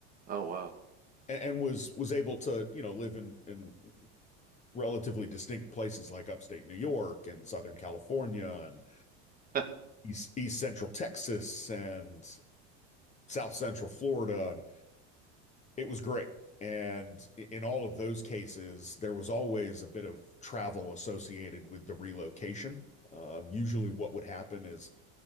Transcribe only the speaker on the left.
and, and was was able to, you know, live in in relatively distinct places like upstate New York and Southern California and
East, East Central Texas and South Central Florida. And it was great. And in all of those cases, there was always a bit of travel associated with the relocation. Um, usually, what would happen is